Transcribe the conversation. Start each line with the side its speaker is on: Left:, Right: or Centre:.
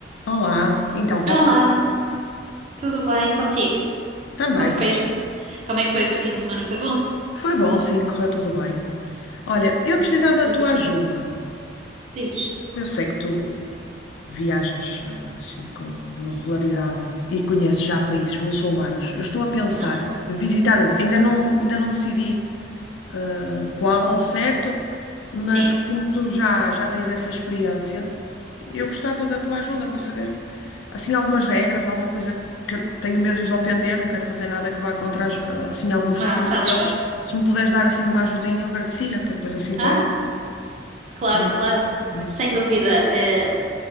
Left: Olá, então está
Right: Olá,
Left: tudo
Right: tudo bem E contigo?
Left: também.
Right: Como fez? Como é que foi o teu fim de semana? Foi bom?
Left: Foi bom, sim, correu tudo bem. Olha, eu precisava
Right: Diz,
Left: da tua ajuda.
Right: diz.
Left: Eu sei que tu viajas eh, assim com alguma regularidade e conheces já países muçulmanos. Eu estou a pensar
Right: Aham,
Left: em visitar um. Ainda não, ainda não decidi ah, qual ao certo, mas
Right: Sim,
Left: como tu já, já tens essa experiência, eu gostava da tua ajuda para saber, assim, algumas regras, alguma coisa que eu tenho medo de os ofender, não quero fazer nada que vá contra, as, ah, assim, alguns
Right: ah,
Left: costumes
Right: fazes
Left: deles.
Right: bem.
Left: Se me puderes dar, assim, uma ajudinha, eu agradecia, que eu depois assim
Right: Ah,
Left: tomo
Right: claro,
Left: uma
Right: claro.
Left: ideia. tá bem?
Right: Sem dúvida, eh,